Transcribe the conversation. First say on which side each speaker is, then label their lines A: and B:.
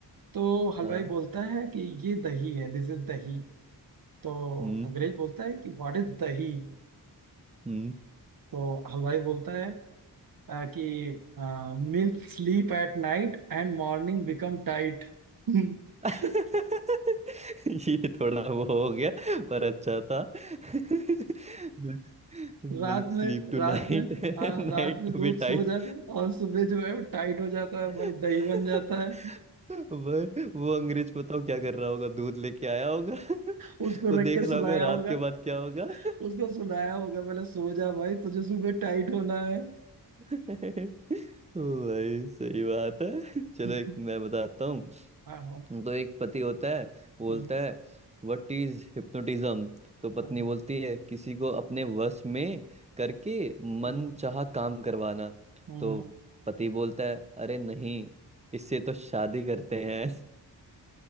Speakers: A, on the right (about 55°); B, on the right (about 15°).
A: तो हलवाई
B: हाँ,
A: बोलता है कि ये दही है दिस इज दही तो
B: हम्म
A: अंग्रेज बोलता है कि व्हाट इज दही
B: हम्म
A: तो हलवाई बोलता है अ, कि milk sleep at night and morning become tight <laughs>
B: <laughs> ये थोड़ा वो हो गया पर अच्छा था <laughs> Milk milk
A: रात में
B: sleep टू
A: रात
B: नाइट
A: में हाँ
B: night
A: रात में
B: to
A: दूध
B: be
A: सो
B: tight
A: जाता है और सुबह जो है वो टाइट हो जाता है
B: <laughs>
A: भाई दही बन जाता है
B: भाई वो अंग्रेज बताओ क्या कर रहा होगा दूध लेके आया होगा <laughs>
A: उसको
B: वो
A: रख
B: देख
A: के
B: रहा
A: सुलाया
B: होगा
A: होगा
B: रात के बाद क्या होगा <laughs>
A: उसको सुलाया होगा पहले सो जा भाई तुझे सुबह टाइट होना है
B: <laughs> भाई सही बात है चलो
A: <laughs>
B: एक मैं बताता हूँ
A: हाँ हाँ
B: तो एक पति होता है बोलता
A: हम्म
B: है व्हाट इज हिप्नोटिज्म तो पत्नी
A: हम्म
B: बोलती है किसी को अपने वश में करके मन
A: हम्म
B: चाहा काम करवाना
A: हम्म।
B: तो पति बोलता है अरे नहीं इससे तो शादी करते हैं